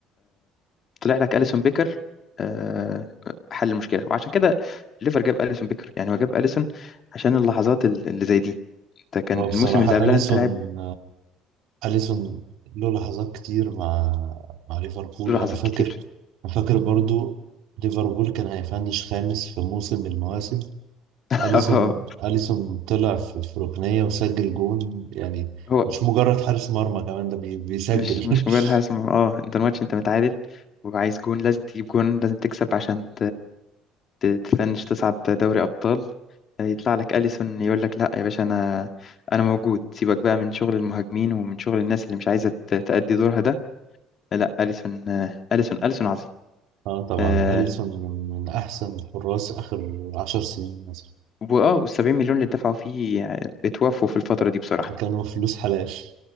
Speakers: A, on the left; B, on the right.
A: طلع لك أليسون بيكر آه، حل المشكلة وعشان كده ليفر جاب أليسون بيكر يعني هو جاب أليسون عشان اللحظات ال- اللي زي دي انت كان
B: هو
A: الموسم
B: بصراحة
A: اللي قبلها
B: أليسون
A: انت لاعب
B: أليسون له لحظات كتير مع مع ليفربول
A: له لحظات
B: أنا فاكر
A: كتير
B: أنا فاكر برضو ليفربول كان هيفنش خامس في موسم من المواسم
A: <laughs>
B: أليسون
A: اه
B: أليسون طلع في في ركنية وسجل جون يعني
A: هو
B: مش مجرد حارس مرمى كمان ده بي- بيسجل
A: مش مش مجرد
B: <laughs>
A: حارس مرمى اه انت الماتش انت متعادل وعايز جون لازم تجيب جون لازم تكسب عشان ت- تفنش تصعد دوري أبطال يطلع لك أليسون يقول لك لا يا باشا أنا أنا موجود سيبك بقى من شغل المهاجمين ومن شغل الناس اللي مش عايزة ت- تأدي دورها ده لا أليسون أليسون أليسون عظيم
B: اه طبعا
A: آه،
B: أليسون من من أحسن حراس آخر عشر سنين مثلا
A: وآه والسبعين مليون اللي دفعوا فيه آه، اتوافوا في الفترة دي بصراحة
B: كانوا فلوس حلال